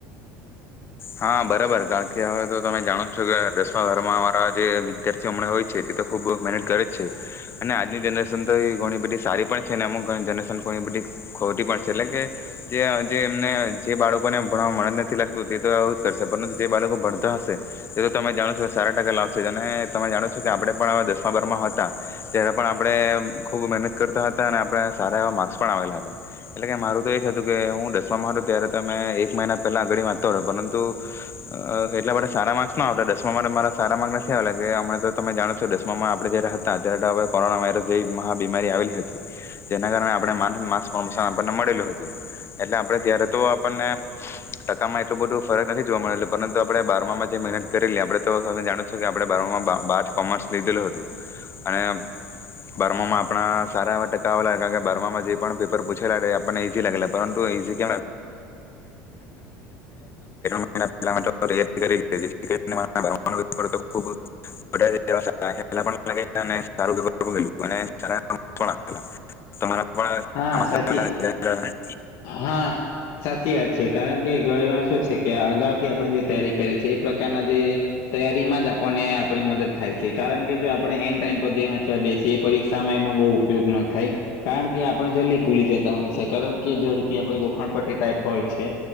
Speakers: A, on the left; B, on the left.
A: હા બરાબર. કારણ કે હવે તો તમે જાણો છો કે દસ ઘરમાં અમારા જે વિદ્યાર્થીઓ હમણાં હોય છે તે તો ખૂબ મહેનત કરે જ છે. અને આજની જનરેશન તો એ ઘણી બધી સારી પણ છે. અને અમુક જનરેશન ઘણી બધી ખોટી પણ છે. એટલે કે જે એમને જે બાળકોને ભણવામાં મન જ નથી લાગતું તે તો આવું કરશે. પરંતુ જે બાળકો ભણતા હશે તે તો તમે જાણો છો સારા ટકા લાવશે. અને તમે જાણો છો કે આપણે પણ દસમા, બારમાં હતા ત્યારે પણ આપણે ખુબ મહેનત કરતા હતા. અને આપણે સારા એવા માર્ક્સ પણ આવેલા હતા. એટલે કે મારું તો એ જ હતું કે હું દસમામાં હતો ત્યારે તમે એક મહિના પહેલા અગળ વાંચતો. રહ પરંતુ અ એટલા બધા સારા માર્ક્સ ન આવતા દસમામાં તો મારા સારા માર્ક્સ નથી આવેલા. કે હમ તો તમે જાણો છો દસમામાં આપડે જયારે હતા ત્યારે તો હવે કોરોના વાયરસ જેવી મહા બીમારી આવેલી હતી. જેના કારણે આપણે માન માર્ક્સ સારા મળેલું હતું. એટલે આપણે ત્યારે તો આપણને ટકામાં એટલું બધું ફરક નથી જો આપણે બારમામાં જે મહેનત કરેલી આપડે તો તમે જાણોજ છું કે આપણે બારવા મા બાર કોમર્સ લીધેલું હતું. અને બારમામાં આપણા સારા એવા ટકા આવેલા. કારણ કે બારમામાં જે પણ પેપર પૂછેલા આપણને ઈઝી લાગેલા. પરંતુ ઈઝી કેમ <unintelligible> <unintelligible> <unintelligible>
B: હા સાચી હા સાચી વાત છે. કારણ કે ઘણી વાર શું છે કે અગાઉથી આપણે જે તૈયારી કરીએ છીએ એ પ્રકારના જે તૈયારી માં જ આપણને આપણી મદદ થાય છે. કારણ કે જો આપણે એન ટાઈમ પર જે વાંચવા બેસીએ, એ પરીક્ષામાં એનો બહુ ઉપયોગ ન થાય કારણ કે આપણે જલ્દી ભૂલી જતા હોય છે. કારણ કે ઝડપી આપ ગોખાણ પટ્ટી ટાઈપ હોય છે.